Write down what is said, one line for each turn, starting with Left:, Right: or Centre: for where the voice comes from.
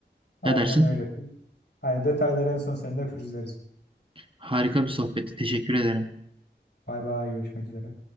Left: Aynen
Right: Ne dersin?
Left: öyle. Aynı detayları en son seninle pürüzleriz.
Right: Harika bir sohbetti. Teşekkür ederim.
Left: Bay bay görüşmek üzere.